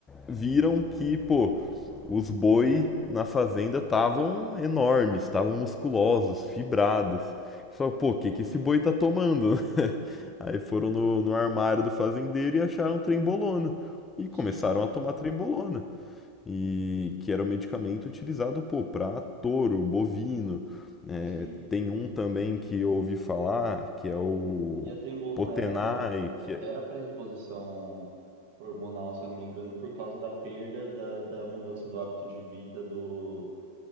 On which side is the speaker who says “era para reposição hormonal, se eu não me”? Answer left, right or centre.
Right